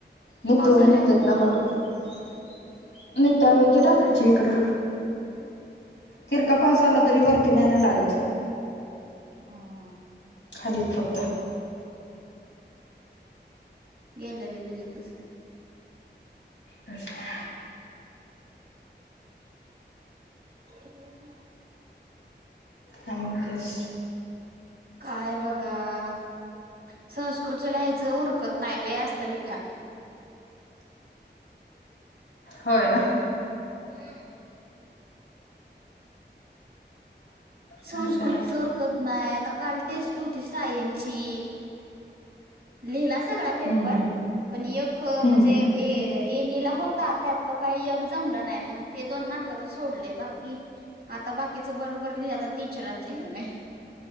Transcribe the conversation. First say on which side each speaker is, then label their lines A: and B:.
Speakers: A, on the left (about 85°); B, on the right (about 60°).
A: निथळून
B: आल्या
A: निघतातना पण पट''--'' नत्याळे क टाकायचे इकडं. तिर का पाऊस आला. तरी वरती नय लागत
B: हा
A: खालीच फक्त.
B: गॅलरी भिजत असेल.
A: कस काय.
B: <unintelligible> ना
A: हा तेच,
B: काय बघा संस्कृतच लिहायचं उरकत नाही लई असतय लिखाण.
A: होय ना,
B: हम्म, संस्कृतच
A: तर काय
B: उरकत नाही आता काल टेस्ट होती सायन्स ची. लिहिला सगळा पेपर,
A: हम्म
B: पण एक अं
A: हम्म
B: म्हणजे ए एनीला होता त्यातलं काही एक जमलं नाही मगं, ते दोन मार्काच सोडलंय. बाकी आता बाकीचं बरोबर लिहिा आता टीचरांच्या हे ने.